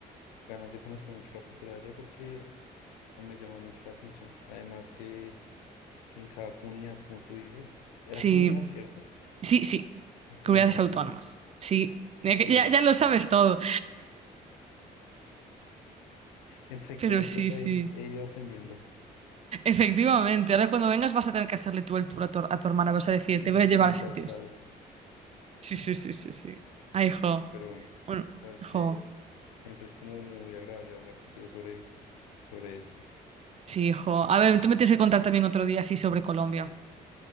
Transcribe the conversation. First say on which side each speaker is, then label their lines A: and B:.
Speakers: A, on the left; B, on the right.
A: ganas de conocer mucho la cultura de allá porque o sea, me llama mucho la atención. Además que que en cada comunidad, como tú dices, era
B: Sí,
A: comunidad, ¿cierto?
B: sí, sí.
A: Era comunidad
B: Comunidades
A: autónoma.
B: autónomas. Sí, ya,
A: Sí,
B: que- ya ya lo sabes todo,
A: entre
B: pero
A: cosa y
B: sí,
A: cosa
B: sí.
A: he, he ido aprendiendo.
B: Efectivamente, ahora cuando vengas vas a tener que hacerle tú el tour a tu, a tu hermana, vas a decir, te
A: Sí,
B: voy a llevar a
A: tal
B: sitios.
A: cual,
B: Sí,
A: <laughs> tal
B: sí,
A: cual.
B: sí, sí, sí. Ay, jo.
A: Pero bueno,
B: Bueno,
A: sabes
B: jo.
A: que siempre es como muy agradable hablar contigo sobre, sobre esto.
B: Sí, jo. A ver, tú me tienes que contar también otro día así sobre Colombia.